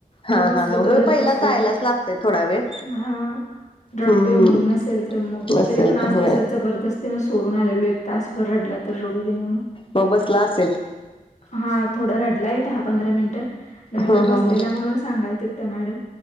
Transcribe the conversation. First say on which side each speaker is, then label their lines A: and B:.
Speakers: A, on the left (about 35°); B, on the left (about 55°).
A: हा
B: मी बसलो,
A: हा हा
B: तरच
A: होय पहिला
B: बसतोय.
A: जायलाच लागतय थोडा वेळ
B: हा रडतोय
A: हम्म
B: मग, नसेल तर मग,
A: असेल
B: तरी पण
A: तर
B: आज
A: होय
B: तसच जबरदस्तीने सोडून आलेलो एक तास. रडला तर रडू दे म्हणून.
A: मग बसला असेल.
B: हा थोडा रडलाय, दहा पंधरा मिनिट नंतर
A: हम्म हम्म
B: बसलेला
A: हम्म
B: म्हणून सांगाल त त्या मॅडम.